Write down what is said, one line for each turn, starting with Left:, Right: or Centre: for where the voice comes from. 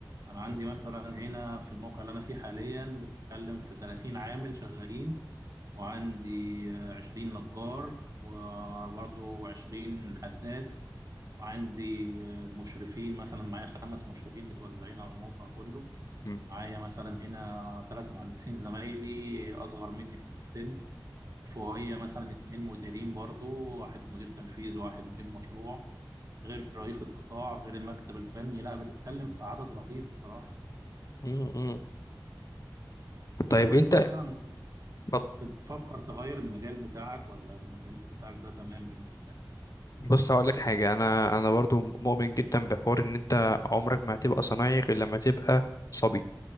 Right: انا عندي
Left: م-
Right: مثلا هنا في الموقع اللي انا فيه حاليا بتتكلم في 30 عامل شغالين وعندي آه، 20 نجار وبرضه 20 حداد وعندي آه، المشرفين مثلا معايا خمس مشرفين متوزعين على الموقع كله
Left: م-
Right: معايا مثلا هنا ثلاث مهندسين زمايلي اصغر مني في السن فوقيا مثلا اتنين مديرين برضه واحد مدير تنفيذ وواحد مدير مشروع غير رئيس القطاع غير المكتب الفني لا بتتكلم في عدد رهيب بصراحة
Left: م- م. طيب
Right: طب
Left: انت
Right: انت مثلا
Left: اتفضل.
Right: بتفكر تغير المجال بتاعك ولا المجال بتاعك ده تمام بالنسبة لك؟
Left: بص هقول لك حاجه انا انا برضو مؤمن جدا بحوار ان انت عمرك ما هتبقى صنايعي غير لما تبقى صبي